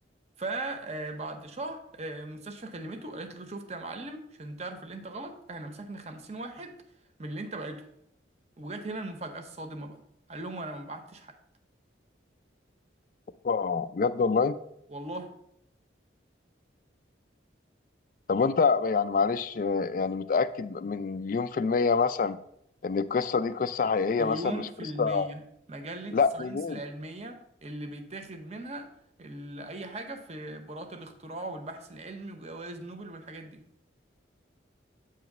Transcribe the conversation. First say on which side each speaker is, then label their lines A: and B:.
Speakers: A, on the right; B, on the left.
A: فبعد شهر آه، المستشفى كلمته قالت له شفت يا معلم عشان تعرف اللي انت غلط احنا مسكنا خمسين واحد من اللي انت بعته وجات هنا المفاجأة الصادمة بقى قال لهم انا ما بعتش حد
B: آه، بجد والله
A: والله
B: طب وانت يعني معلش آه، يعني متأكد من مليون في المية مثلا ان القصة دي قصة حقيقية
A: مليون
B: مثلا مش
A: في
B: قصة
A: المية مجلة
B: لا
A: ساينس
B: منين
A: العلمية اللي بيتاخد منها ال- أي حاجة في براءة الاختراع والبحث العلمي وجوائز نوبل والحاجات دي